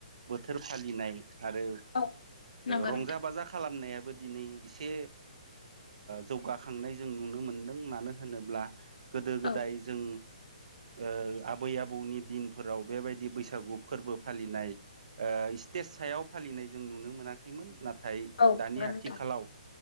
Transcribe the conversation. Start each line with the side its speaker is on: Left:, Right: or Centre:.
Right: बोथोर फालिनाय आरो
Left: औ नंगौ
Right: रंजा
Left: नोंथां
Right: बाजा खालामनायाबो दिनै एसे एसे जौगाखांनाय जों नुनो मोनदों मानो होनोब्ला गोदो -
Left: औ
Right: गोदाय जों ओ-आबै आबौनि दिनफोराव बेबायदि बैसागु फोरबो फालिनाय इस्टेज सायाव फालिनाय जों नुनो मोनाखैमोन नाथाय
Left: औ नंगौ
Right: दानि
Left: नोंथां
Right: आथिखालाव